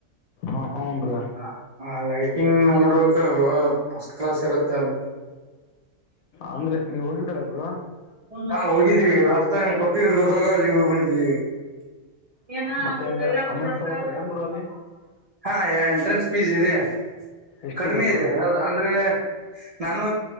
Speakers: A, on the left (about 80°); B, on the right (about 55°).
A: ಅ ಅವ್ನ್ಗ
B: ಆ ಆ ಲೈಟಿಂಗ್ ನೋಡೋಕ ಫಸ್ಟ್ ಕ್ಲಾಸ್ ಇರತ್ತೆ ಅದು.
A: ಅಂದ್ರೆ ನೀವ್ ಹೋಗಿದ್ದಲ್ಲ ಬ್ರೋ.
B: ಹಾ ಹೋಗಿದ್ದೀವಿ ಲಾಸ್ಟ್ ಟೈಮ್ ಕೊಟ್ಟಿದ್ರಗೆ ಹೋದಾಗ ಅಲ್ಲಿ ಹೋಗ್ ಬಂದಿದಿವಿ. ಏನ
A: ಮತ್ತೆ
B: ಅಂ <unintelligible>
A: ಹೆಂಗೆ ಅಮೌಂಟ್ ತೊಗೊತಾರೆ ಏನು ಬ್ರೋ ಅಲ್ಲಿ
B: ಹಾ ಅ ಎಂಟ್ರೆನ್ಸ್ ಫೀಸ್ ಇದೆ
A: ಎಷ್ಟಿದೆ
B: ಕಡಿಮೆ
A: ಬ್ರೋ
B: ಇದೆ ಅಂದ್ರೆ ನಾನು